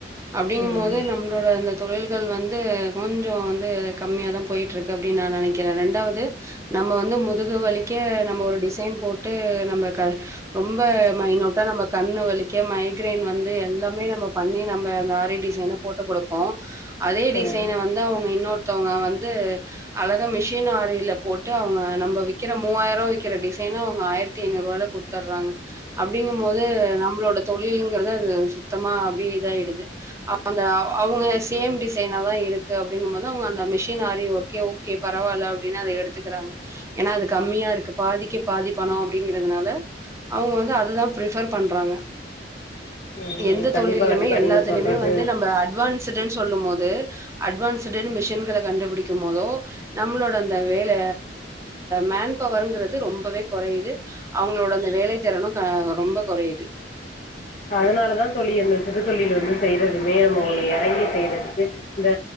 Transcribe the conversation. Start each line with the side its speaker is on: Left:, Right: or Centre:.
Right: அப்டிங்கும்
Left: ம்
Right: போது நம்மளோட இந்த தொழில் கள் வந்து கொஞ்சோ வந்து கம்மியா தா போயிட்ருக்கு அப்டின்னு நா நனைக்கிறே ரெண்டாவது நம்ம வந்து முதுகு வலிக்க நம்ம ஒரு டிசைன் போட் ட்டு நம்ம ரொம்ப மைனோட்டா நம்ம கண்ணு வலிக்க மைக்ரரைன் வந்து எல்லாமே நம்ம பண்ணி நம்ம அந்த ஆரிடிசைனு போட்டு கொடுப்போ அதே டிசைன
Left: ம்
Right: வந்து அவங்க இன்னொரு த்தவங்க வங்க வந்து அழகா மிஷ ஷுன் ஆறில போட்டு அவங்க நம்ம வி விக்கிற மூவாயிரோ விக்கிற டிசைனோ ஆயிரத்து ஐநூறுவால குடுத்து தர்றாங்க அப்டிங்க போது நம்ளோட தொழில்ங்கிறது அது சுத்தமா அப்டியே இதாய்டுது அந்த அவங்க சேம் டிசைனா தா இருக்கு அப்டிங்கும்போது அவங்க அந்த மிஷின் ஆறி ஒர்கே ஓகே பரவாயில்ல அப்டின்னு அத எடுத்துக்கிறாங்க ஏன்னா அது கம்மியா இருக்கு பாதிக்கி பாதி பணோ அப்டிங்கறிறதுனால அவங்க வந்து அததா பிஃபர் பண்றாங்க
Left: ம்
Right: எந்த
Left: கண்டிப்பாக
Right: தொழிலயுமே
Left: கண்டிப்பாக
Right: எல்லாத்துலயுமே
Left: நீங்கள் சொல்கிறது
Right: வந்து நம்ம அட்வான்ஸ்டன்னு சொல்லும் போது அட்வான்ஸ்டுனு மிஷின்கள கண்டுபிடிக்கும் போதோ நம்மளோட அந்த வேல மேன் பவர்ங்கரது ரொம்பவே கொறையுது அவங்களோட அந்த வேல திறனு ரொம்ப கொறையுது
Left: அதனாலதா தொழி அந்த சிறு தொழில வந்து செய்றதுமே நம்ம எறங்கி செய்யறதுக்கு இந்த